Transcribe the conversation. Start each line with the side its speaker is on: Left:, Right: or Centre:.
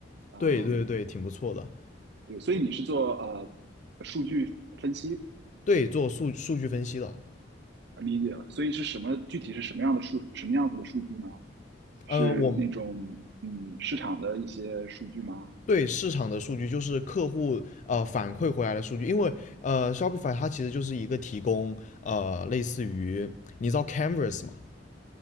Right: 嗯，
Left: 对对对，挺不错的。
Right: 对，所以你是做呃数据分析，
Left: 对，做数数据分析的。
Right: 理解了，所以是什么具体是什么样的数，什么样子的数据呢？是那种嗯市场的一些数据吗
Left: 呃，我对市场的数据就是客户呃反馈回来的数据，因为呃 Shopify 它其实就是一个提供呃类似于你知道 Canvas 嘛，